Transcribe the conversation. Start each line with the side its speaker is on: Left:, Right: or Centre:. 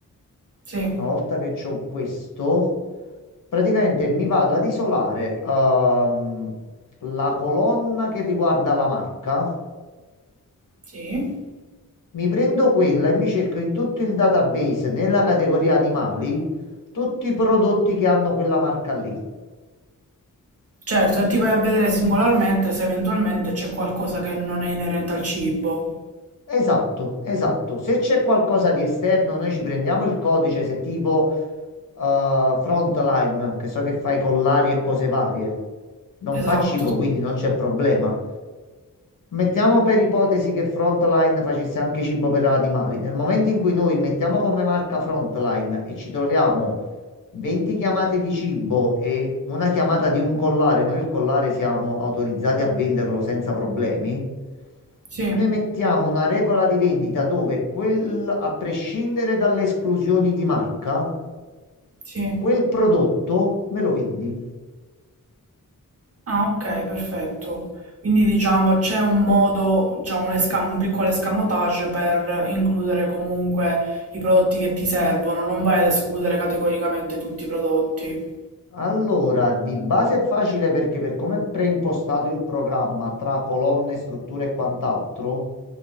Right: Sì,
Left: Una volta che c'ho questo, praticamente mi vado ad isolare ehm, la colonna che riguarda la marca,
Right: sì.
Left: mi prendo quella e mi cerco in tutto il database, nella categoria animali, tutti i prodotti che hanno quella marca lì.
Right: Certo, e ti vai a vedere singolarmente se eventualmente c'è qualcosa che non è inerente al cibo.
Left: Esatto, esatto. Se c'è qualcosa di esterno, noi ci prendiamo il codice, se tipo eh, Frontline, che so che fai collari e cose varie. Non
Right: Esatto,
Left: fa cibo,
Right: sì.
Left: quindi non c'è problema. Mettiamo per ipotesi che Frontline facesse anche cibo per animali. Nel momento in cui noi mettiamo come marca Frontline e ci troviamo 20 chiamate di cibo e una chiamata di un collare, noi il collare siamo autorizzati a venderlo senza problemi.
Right: Sì,
Left: Noi mettiamo una regola di vendita dove quel, a prescindere dalle esclusioni di marca,
Right: sì.
Left: quel prodotto me lo vendi.
Right: Ah, ok, perfetto. Quindi diciamo c'è un modo, già un, esca- un piccolo escamotage per includere comunque i prodotti che ti servono, non vai ad escludere categoricamente tutti i prodotti.
Left: Allora, di base è facile perché per come è preimpostato il programma tra colonne, strutture e quant'altro,